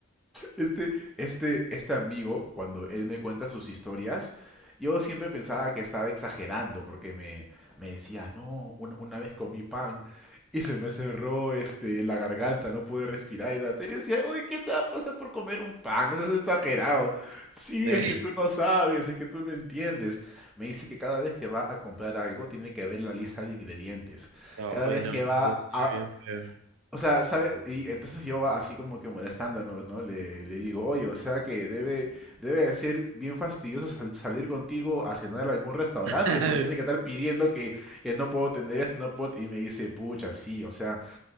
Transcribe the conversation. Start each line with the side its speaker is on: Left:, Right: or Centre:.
Centre: Este, este, este amigo, cuando él me cuenta sus historias, yo siempre pensaba que estaba exagerando porque me, me decía, no, un- una vez comí pan y se me cerró este, la garganta, no pude respirar. Y, tal". Y yo decía, oye, ¿qué te va a pasar por comer un pan? No seas exagerado. Sí,
Right: ve,
Centre: es que tú no sabes, es que tú no entiendes. Me dice que cada vez que va a comprar algo tiene que ver la lista de ingredientes.
Right: no,
Centre: Cada
Right: hoy
Centre: vez
Right: no,
Centre: que
Right: estoy
Centre: va a,
Right: bien feo.
Centre: o sea, ¿sabe? Y entonces yo así como que molestándome, ¿no? Le, le digo, oye, o sea que debe, debe de ser bien fastidioso sal- salir contigo a cenar a algún restaurante,
Right: <laughs>
Centre: porque tiene que estar pidiendo que, que no puedo tener esto, no puedo... Y me dice, pucha, sí, o sea,